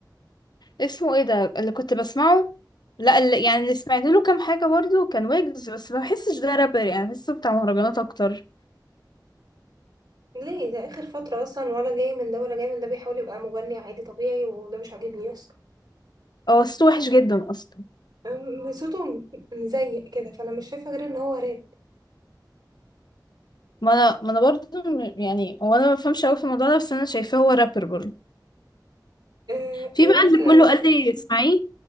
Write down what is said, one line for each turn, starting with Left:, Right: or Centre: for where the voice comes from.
Left: اسمه ايه ده اللي كنت بسمعه لا اللي يعني اللي سمعت له كام حاجة برضه كان ويجز بس ما بحسش ده رابر يعني بحسه بتاع مهرجانات أكتر
Right: ليه ده آخر فترة أصلا ولا جاي من ده ولا جاي من ده بيحاول يبقى مغني عادي طبيعي وده مش عاجبني أصلا
Left: هو صوته وحش جدا اصلا
Right: أم- صوته م- مزيق كده فأنا مش شايفة غير إن هو راب
Left: ما انا ما انا برضه م- يعني هو انا ما بفهمش قوي في الموضوع ده بس انا شايفاه هو رابر برضه
Right: أه
Left: في
Right: وليه
Left: بقى
Right: في
Left: اللي
Right: الأغاني
Left: كله قال لي اسمعيه